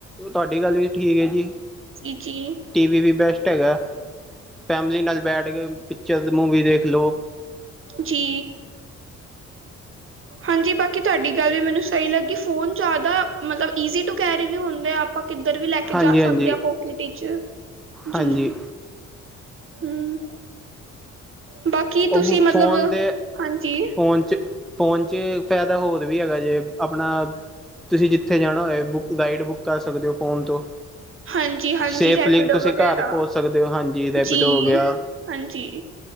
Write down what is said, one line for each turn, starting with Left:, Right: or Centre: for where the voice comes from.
Centre: ਤੁਆਡੀ ਗੱਲ ਵੀ ਠੀਕ ਏ ਜੀ।
Right: ਜੀ-ਜੀ।
Centre: ਟੀਵੀ ਵੀ ਬੈਸਟ ਹੈਗਾ। ਫੈਮਿਲੀ ਨਾਲ ਬੈਠ ਕੇ ਪਿਚਰ ਮੂਵੀ ਦੇਖ ਲੋ।
Right: ਜੀ। ਹਾਂਜੀ ਬਾਕੀ ਤੁਆਡੀ ਗੱਲ ਵੀ ਮੈਨੂੰ ਸਹੀ ਲੱਗੀ ਫੋਨ ਜ਼ਿਆਦਾ ਮਤਲਬ ਈਜ਼ੀ ਟੂ ਕੈਰੀ ਵੀ ਹੁੰਦੇ ਆ। ਆਪਾਂ ਕਿੱਧਰ ਵੀ ਲੈ ਕੇ
Centre: ਹਾਂਜੀ
Right: ਜਾ
Centre: ਹਾਂਜੀ
Right: ਸਕਦੇ ਆਂ ਪੋਕਿਟ ਇੱਚ।
Centre: ਹਾਂਜੀ
Right: ਜੀ। ਹੂੰ। ਬਾਕੀ
Centre: ਉਹ
Right: ਤੁਸੀ
Centre: ਫੋਨ
Right: ਮਤਲਬ,
Centre: ਦੇ
Right: ਹਾਂਜੀ।
Centre: ਫੋਨ 'ਚ ਫੋਨ 'ਚ ਫੈਦਾ ਹੋਰ ਵੀ ਹੈਗਾ ਜੇ ਆਪਣਾ ਤੁਸੀ ਕਿੱਥੇ ਜਾਣਾ ਹੋਏ ਬੁੱਕ ਰਾਈਡ ਬੁੱਕ ਕਰ ਸਕਦੇ ਔ ਫ਼ੋਨ ਤੋ।
Right: ਹਾਂਜੀ ਹਾਂਜੀ
Centre: ਸੇਫਲੀ
Right: ਰੈਪੀਡੋ
Centre: ਤੁਸੀ
Right: ਵਗੈਰਾ
Centre: ਘਰ ਪੋਂਚ ਸਕਦੇ ਔ ਹਾਂਜੀ ਰੈਪਿਡ
Right: ਜੀ
Centre: ਹੋ ਗਿਆ
Right: ਹਾਂਜੀ।